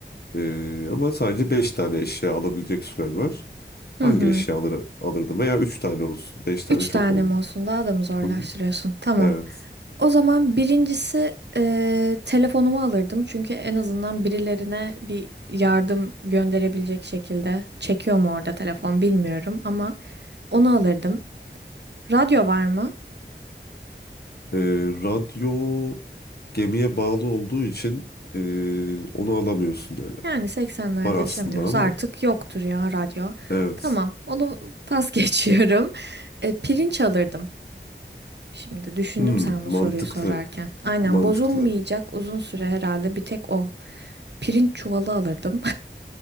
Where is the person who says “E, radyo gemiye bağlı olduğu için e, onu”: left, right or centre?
Left